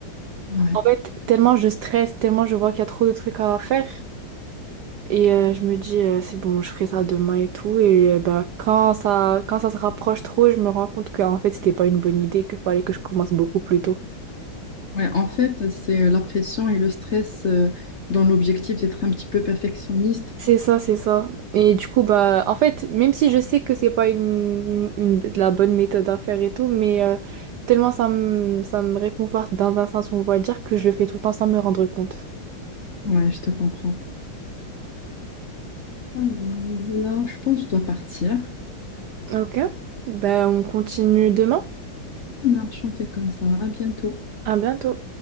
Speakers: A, on the left; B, on the right.
A: Ouais.
B: En fait, tellement je stresse, tellement je vois qu'il y a trop de trucs à faire. Et euh, je me dis, euh, c'est bon, je ferai ça demain et tout. Et euh, bah, quand ça, quand ça se rapproche trop, je me rends compte que en fait, c'était pas une bonne idée, qu'il fallait que je commence beaucoup plus tôt.
A: Ouais, en fait, c'est euh, la pression et le stress, euh, dans l'objectif d'être un petit peu perfectionniste.
B: C'est ça, c'est ça. Et du coup, bah, en fait, même si je sais que c'est pas une, une- la bonne méthode à faire et tout, mais euh, tellement ça me, ça me réconforte dans un sens, on va dire, que je le fais tout le temps sans me rendre compte.
A: Ouais, je te comprends. Alors, là, je pense que je dois partir.
B: Ok, bah, on continue demain.
A: Ça marche, on fait comme ça. À bientôt.
B: À bientôt.